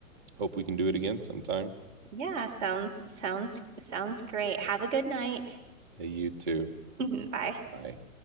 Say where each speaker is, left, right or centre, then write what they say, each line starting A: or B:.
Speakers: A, on the right; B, on the right.
A: hope we can do it again sometime.
B: Yeah, sounds sounds sounds great. Have a good night.
A: Hey, you too.
B: <laughs> Bye.
A: Bye.